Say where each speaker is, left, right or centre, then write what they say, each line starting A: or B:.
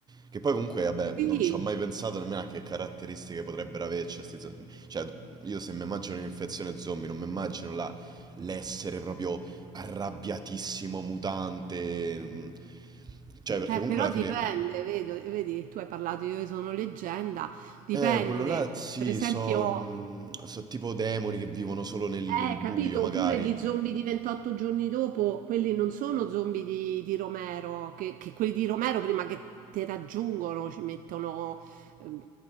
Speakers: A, on the right; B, on the right.
A: Che poi comunque, vabbè,
B: Sì.
A: non ci ho mai pensato nemmeno a che caratteristiche potrebbero averci. questi zombie. Cioè, io se mi immagino un'infezione zombie, non mi immagino la- l'essere proprio arrabbiatissimo, mutante. mm. Cioè, perché
B: Eh,
A: comunque
B: però
A: alla fine...
B: dipende, vedo, vedi, tu hai parlato, io sono leggenda, dipende,
A: Eh, quello là, sì,
B: per esempio,
A: so, mm, so tipo demoni che vivono solo nel nel
B: eh,
A: buio,
B: capito?
A: magari.
B: Oppure gli zombie di 28 giorni dopo, quelli non sono zombie di, di Romero, che, che quelli di Romero prima che te raggiungono ci mettono ehm,